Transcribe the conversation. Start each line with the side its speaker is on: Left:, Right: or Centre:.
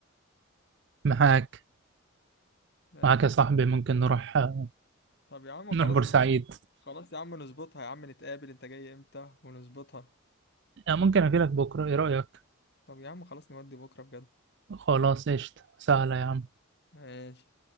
Right: معاك
Left: ماشي
Right: معاك يا صاحبي ممكن نروح آه،
Left: طب يا عم
Right: نروح
Left: خلاص
Right: بورسعيد
Left: ن- خلاص يا عم نظبطها يا عم نتقابل انت جاي امتى ونظبطها
Right: آه، ممكن اجي لك بكره ايه رايك
Left: طب يا عم خلاص نودي بكرة بجد
Right: خلاص قشطه سهله يا عم
Left: ماشي